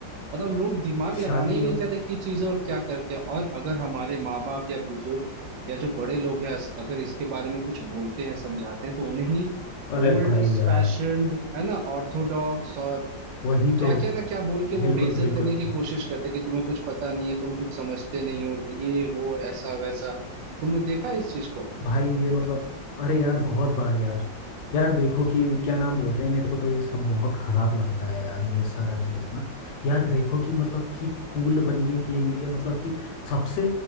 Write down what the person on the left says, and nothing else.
शादी
हो
अरे
भाई यार
वही
तो
बिल्कुल
बिल्कुल
भाई ये मतलब अरे यार बहुत बार यार यार देखो कि क्या नाम बोलते हैं मेरे को तो ये सब बहुत खराब लगता है यार ये सारा चीज ना यार देखो कि मतलब कि कूल बनने के लिए मतलब कि सबसे